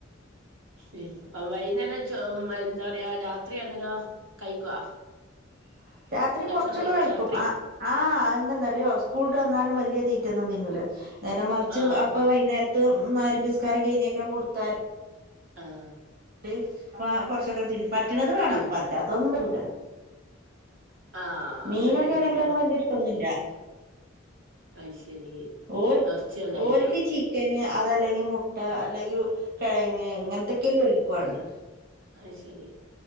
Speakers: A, on the right; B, on the right.
A: വൈ വൈന്നേരം ചോമയ് എന്താ പറയാ രാത്രി അന്നേരം കഴിക്കുവാ
B: <unintelligible> രാത്രി
A: ഭക്ഷണം
B: കൊറച്ചൊക്കെ
A: കഴിക്കുവ
B: കഴിക്കും
A: രാത്രി
B: അം ആ അന്തെന്നാറിയോ സ്കൂൾട്ട് വന്നാലും വല്ല്യ തീ റ്റൊന്നും തിന്നൂല നേരം മറിച്ച്
A: ആഹ്
B: അപ്പം വൈന്നേരത്ത് മാരിബിസ്കാരം കഴിഞ്ഞേക്കണ് കൊടുത്താല്
A: ആഹ്
B: ബെ അപ്പ കൊറച്ചൊക്കെ തിന്നും പറ്റണത് വേണം
A: തിന്നു
B: പറ്റാത്തതൊന്നും വരൂല
A: ആഹ്
B: മീനൊക്കെ
A: അങ്ങനെ ഉണ്ടല്ലേ
B: ആണെങ്കിലൊന്നും വല്ല്യ ഇഷ്ടൊന്നില്ല
A: അയ്ശരി
B: ഓര്
A: നേർച്ചയല്ലായിരിക്കും
B: ഓര്ക്ക് ചിക്കന് അതല്ലെങ്കി മുട്ട അല്ലെങ്കി കെഴങ്ങ് ഇങ്ങനത്തക്കെല്ലാം ഒലിക്കുവൊണ്ട്
A: ആ ശെരി